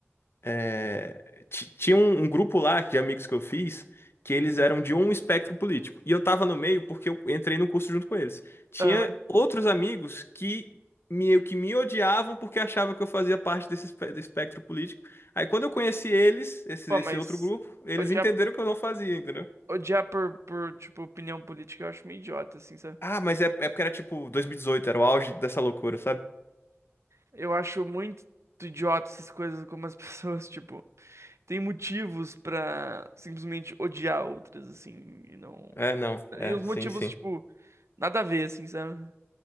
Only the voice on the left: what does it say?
é, ti- tinha um, um grupo lá de amigos que eu fiz que eles eram de um espectro político. E eu tava no meio porque eu entrei no curso junto com eles. Tinha
outros amigos que me, que me odiavam porque achavam que eu fazia parte desse espe- do espectro político. Aí quando eu conheci eles, esse,
esse
outro grupo, eles
entenderam que eu não fazia, entendeu?
Ah, mas é, é porque era tipo 2018 era o auge dessa loucura, sabe?
É, não, é,
sim,
sim.